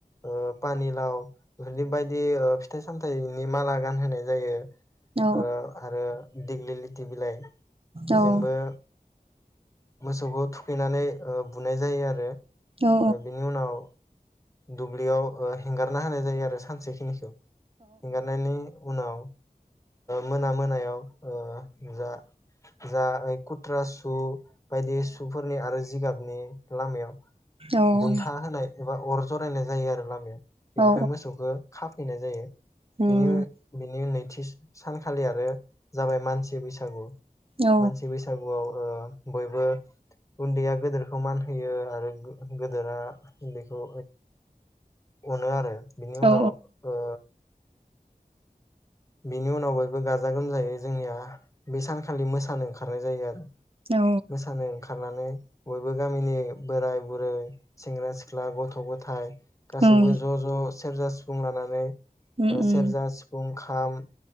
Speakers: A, on the left (about 20°); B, on the right (about 40°).
A: ओ पानि लउ बिफोरनि बायदि फिथाइ सामथाइनि माला गान होनाय जायो
B: औ
A: ओ आरो दिग्लिलिटि बिलाइ बेजोंबो
B: औ
A: मोसौखौ थुखैनानै ओ बुनाय जायो आरो
B: औ
A: बिनि उनाव दुब्लियाव हेंगारना होनाय जायो आरो सानसेखिनिखौ इगारनानै उनाव मोना मोनायाव ओ जा जा कुट्रासु बायदि सुफोरनि आरो जिगाब बिनि लामायाव
B: औ
A: बुन्था होनाय एबा अर जरायनाय जायो आरो लामायाव बेनिफ्राय
B: औ
A: मोसौखौ खा फैनाय जायो
B: उम
A: बिनि बिनि उनैथि सानखालि आरो जाबाय मानसि बैसागु
B: औ
A: मानसि बैसागुआव ओ बयबो उन्दैया गोदोरखौ मान होयो आरो गोदोरा उन्दैखौ अनो आरो बिनि उनाव
B: औ
A: ओ बिनि उनाव बयबो गाजा गोमजायै जोंनिया बै सानखालि मोसानो ओंखारनाय जायो आरो
B: औ
A: मोसानो ओंखारनानै बयबो गामिनि बोराय बुरै सेंग्रा सिख्ला गथ' गथ' गथाय गासैबो
B: उम
A: ज' ज' सेरजा सिफुं लानानै
B: उम
A: ओ
B: उम
A: सेरजा सिफुं खाम